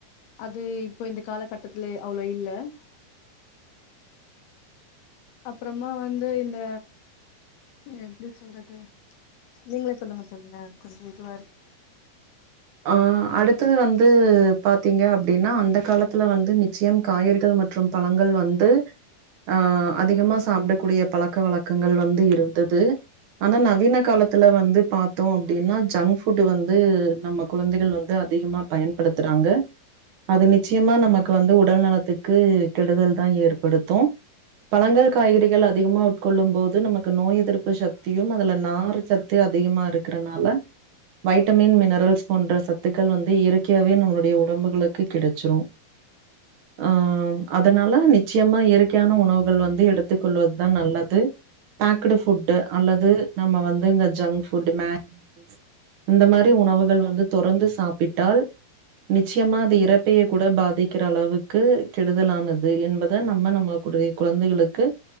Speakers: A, on the left; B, on the right.
A: அது இப்போ இந்த காலகட்டத்துல அவ்ளோ இல்ல அப்பறமா வந்து இந்த எப்டி சொல்றது, நீங்களே சொல்லுங்க தோழி அ கொஞ்சோ இதுவா இருக்கு
B: ஆ, அடுத்தது வந்து பாத்தீங்க அப்டின்னா அந்த காலத்துல வந்து நி ச்சயம் காய்கறிகள் மற்றும் பழங்கள் வந்து அ அதிகமா சாப்ட கூடிய பழக்க வழக்கங்கள் வந்து இருந்தது ஆனா நவீன காலத்துல வந்து பாத்தோ அப்டின்னா ஜங்க் ஃபுட் வந் து நம்ம குழந்தைகள் வந்து அதிகமா பயன்படுத்துறாங்க அது நிச்சயமா நமக்கு வந்து உடல் நலத்துக்கு கெடுதல் தா ஏற்படுத்து, பழங்கள் காய்கறிகள் அதிகமா உட்கொள்ளும் போது நமக்கு நோய் எ திர்ப்பு சக்தியும் அதுல நார் சத்து அதிகமா இருக்கிறனால வைட்டமின் மினரல் போன்ற சத்துக்கள் வந்து இயற்க்கையவே நம்ளுடைய உ உடம்புகளுக்கு கிடைச்சிரு அ அதனால நிச் சியமா இயற்கையான உணவுகள் வந்து எடுத்துக்கொள்வதுதா நல்லது பேக்ட்டு ஃபுட்டு அல்லது நம்ம வந்து இந்த ஜங்க் ஃபுட் மேகி நூடுல்ஸ் இந்த மாரி உணவுகள் வந்து தொடந்து சாப்பிட்டால் நிச்சயமா அது இரைப்பையை கூட பாதிக்கிற அளவுக்கு கெடுதலானது என்பத நம்ம நம்மடைய குழந்தைகளுக்கு